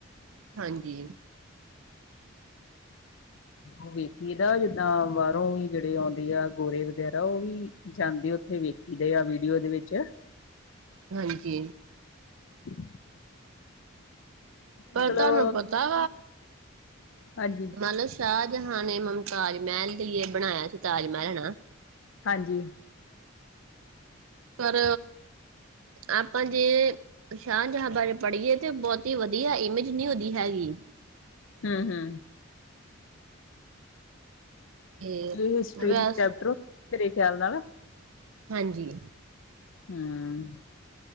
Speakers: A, on the right; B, on the left.
A: ਹਾਂਜੀ,
B: ਉਹ ਵੇਖੀ ਦਾ ਜਿੱਦਾਂ ਬਾਰੋਂ ਵੀ ਜਿਹੜੇ ਆਉਂਦੇ ਆ ਗੋਰੇ ਵਗੈਰਾ ਉਹ ਵੀ ਜਾਂਦੇ ਆ ਉੱਥੇ ਵੇਖੀ ਦੇ ਆ ਵੀਡੀਓ ਦੇ ਵਿੱਚ।
A: ਹਾਂਜੀ,
B: <inaudible>
A: ਪਰ
B: ਮਤਲਬ,
A: ਤੁਹਾਨੂੰ ਪਤਾ
B: ਹਾਂਜੀ।
A: ਮੰਨ ਲੋ ਸ਼ਾਹਜਹਾਂਨ ਨੇ ਮਮਤਾਜ ਮਹਿਲ ਲਈ ਏ ਬਣਾਇਆ ਸੀ ਤਾਜ ਮਹਿਲ <unintelligible>
B: ਹਾਂਜੀ,
A: ਪਰ ਆਪਾਂ ਜੇ ਸ਼ਾਹਜਹਾ ਬਾਰੇ ਪੜੀਏ ਤੇ ਬਹੁਤੀ ਵਧੀਆ ਇਮੇਜ ਨੀ ਉਹਦੀ ਹੈਗੀ।
B: ਹੂੰ-ਹੂੰ,
A: ਤੇ
B: ਇਹ ਹਿਸਟਰੀ
A: ਵੈਸ
B: ਦੇ ਚੈਪਟਰ ਮੇਰੇ ਖਿਆਲ ਨਾਲ
A: ਹਾਂਜੀ,
B: ਹੂੰ,